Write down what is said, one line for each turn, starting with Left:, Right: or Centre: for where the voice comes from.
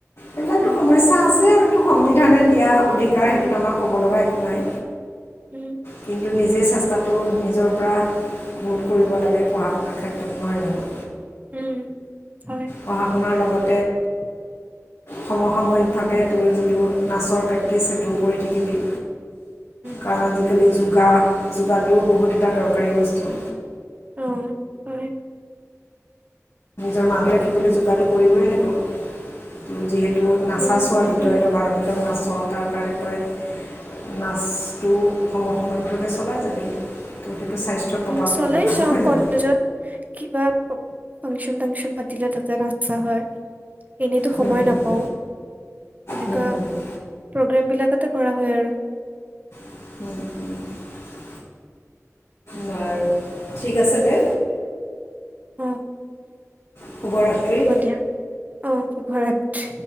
Left: এইবিলাকতো
Right: উম
Left: সমস্যা আছে আৰু এইটো সংবিধানে দিয়া অধিকাৰ সেইটোত আমাৰ ক'ব লগা একো নাই।
Right: উম
Left: কিন্তু নিজে চেষ্টাটো নিজৰ পৰা বহুত কৰিব লাগে পঢ়া শুনাৰ ক্ষেত্ৰত নহয় জানো?
Right: উম। হয়
Left: পঢ়া শুনাৰ লগত
Right: <inaudible>
Left: সমসাময়িকভাৱে তোৰ যিটো নাচৰ প্ৰেক্টিচ সেইটো কৰি থাকিবি।
Right: উম
Left: কাৰণ আজিকালি যোগা যোগাটোও বহুত এটা দৰকাৰী বস্তু।
Right: অ হয়।
Left: নিজৰ মা <unintelligible> ৰাখিবলৈ যোগাটো কৰিবই লাগিব ত যিহে টো নাচা
Right: উম
Left: ছোৱালী
Right: হয়
Left: তই তই ভাৰতনাট্যম নাচ তাৰ কাৰণে তই নাচটো সম সামৰিক ভাবে চলাই যাবি। সেইটো স্বাস্থ্যত প্ৰভাৱ
Right: উম চলাই
Left: পৰিব
Right: যাওঁ
Left: নহয়
Right: কলেজত
Left: জানো
Right: কিবা ফাংচন-টাংচন পাতিলে তাতে নাচা হয়। এনেইতো
Left: হুম
Right: সময় নাপাওঁ
Left: হুম
Right: এনেকুৱা
Left: হুম হুম
Right: প্ৰগ্ৰেমবিলাক, তে কৰা হয় আৰু
Left: <inaudible> বাৰু ঠিক আছে দে।
Right: অ
Left: শুভৰাত্ৰি
Right: হ'ব দিয়া অ সোভৰাতী,